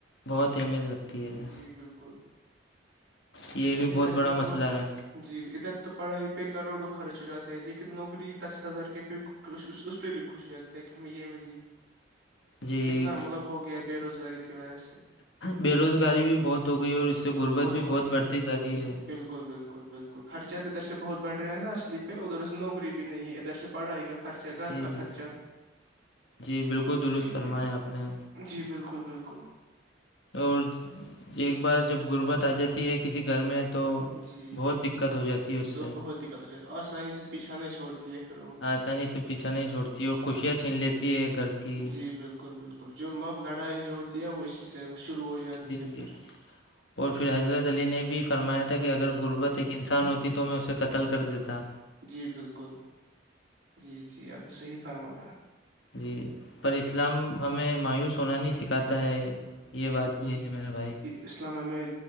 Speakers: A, on the left; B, on the right.
A: بہت اہمیت رکھتی ہے
B: جی بالکل
A: یہ
B: جی
A: بھی
B: ادھر
A: بہت بڑا
B: پہ
A: مسئلہ
B: تو
A: ہے
B: جی ادھر تو پڑھائی پہ کروڑوں خرچ ہو جاتے ہیں لیکن نوکری دس ہزار کے پہ اس پہ بھی خوش رہتے کہ ہمیں یہ ملی
A: جی
B: اتنا مطلب ہو گیا بے روزگاری کی وجہ سے
A: بے روزگاری بھی بہت ہو گئی اور اس سے غربت بھی
B: ہو
A: بہت
B: گئی
A: بڑھتی
B: ہے بالکل
A: جا رہی ہے
B: بالکل بالکل بالکل خرچہ تو ادھر سے بہت بڑھا نا اصلی پہ ادھر سے نوکری بھی نہیں ہے ادھر سے پڑھائی کا خرچہ گھر
A: جی
B: کا
A: جی
B: خرچہ
A: جی بالکل درست
B: اسی
A: فرمایا
B: لیے
A: آپ نے
B: جی بالکل بالکل
A: اور ایک بار جب غربت
B: جی
A: آ جاتی ہے کسی گھر میں تو
B: جی
A: بہت دقت ہو جاتی ہے اس
B: دو
A: سے
B: بہت دقت ہو ج آسانی سے پیچھا نہیں چھوڑتے ہے پھر وہ
A: آسانی سے پیچھا نہیں چھوڑتی اور خوشیاں
B: جی
A: چھین لیتی ہے گھر کی
B: جی بالکل بالکل بالکل جو مب لڑائی جو ہوتی ہے وہ اسی سے شروع ہو جاتی
A: جی
B: ہے پھر
A: اور پھر حضرت علی نے بھی فرمایا تھا کہ اگر غربت
B: جی
A: ایک انسان ہوتی تو میں اسے قتل کر دیتا
B: جی بالکل جی جی آپ نے صحیح فرمایا
A: جی پر اسلام ہمیں مایوس ہونا نہیں سیکھا کہتا
B: جی
A: ہے یہ بات بھی ہے میرا بھائی
B: اسلامیہ میں